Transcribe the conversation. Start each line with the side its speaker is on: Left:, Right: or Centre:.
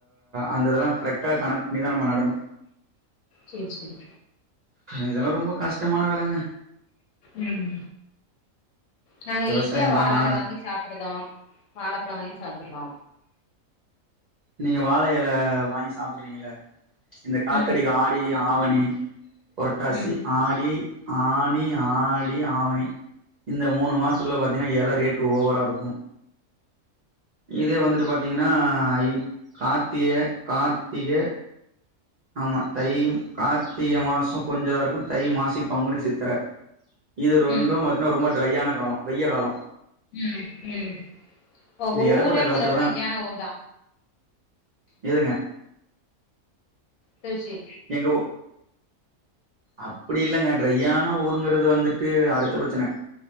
Right: அந்த இதெல்லா கரெக்ட்டா கணக் பண்ணிதா நம்ம நடணு
Left: சேரி சேரி
Right: இதெல்லா ரொம்ப கஷ்டமான வேலங்க
Left: ம் நாங்க
Right: விவசாயம்பா
Left: ஈஸியா வாழ்
Right: நா
Left: எல வாங்கி சாப் ப்புடுதா வாழப்பழ வாய்ன் சாப்புடுதோ
Right: நீங்க வாழ எல வாங்கி சாப்புறீங்க இல இந்த காத்தடி
Left: ம்
Right: ஆடி ஆவணி பொரட்டாசி
Left: ம்
Right: ஆடி ஆணி ஆடி ஆவணி இந்த மூணு மாஸ்த்துல பாத்தீஙக்ன்னா இல ரேட் ஓவரா இருக்கும் இதே வந்துட்டு பாத்தீங்கன்னா ஐ கார்த்திய கார்த்திக ஆமா தைம் கார்த்திக மாசொ கொஞ்சதா இருக்கு தை மாசி பங்குனி சித்தர இது ரொண்டு
Left: ம்
Right: பாத்தீன்னா ரொம்ப ட்ரையான காலோ வெய்ய காலோ
Left: ம் ம் ஒவ்வோ
Right: இந்த எடப்பட்ட
Left: ஊரே
Right: காலத்துல
Left: மொத ட்ரையான
Right: தா
Left: ஊர் தா
Right: எதுங்க
Left: திருச்சி
Right: எங்க ஊ அப்டி இல்லங்க ட்ரையான ஊருங்கறது வந்துட்டு அடுத்த பெரச்சன